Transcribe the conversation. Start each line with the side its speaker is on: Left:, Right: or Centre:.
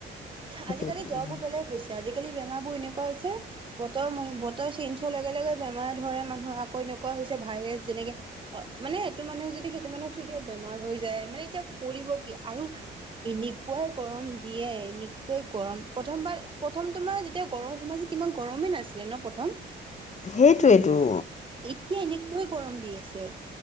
Left: সেইটো
Right: আজিকালি
Left: কাৰণে
Right: জ্বৰ বোৰ বেলেগ হৈছে আজিকালি বেমাৰ বোৰ এনেকুৱা হৈছে, বতৰ বতৰ চেঞ্চ হোৱা লগে লগে বেমাৰ ধৰে মানুহৰ আকৌ এনেকুৱা হৈছে ভাইৰাছ যেনেকে, মানে সেইটো মানুহে যদি সেইটো মানুহক চুই দিয়ে যদি বেমাৰ হৈ যায় মানে এতিয়া কৰিব কি আৰু এনেকুৱাই গৰম দিয়ে এনে সেই গৰম প্ৰথমবাৰ প্ৰথম তোমাৰ যেতিয়া গৰম সোমাইছিলে কিমান গৰমেই নাছিলে ন প্ৰথম?
Left: সেইটোৱেতো
Right: এতিয়া এনেকৈয় গৰম দি আছে।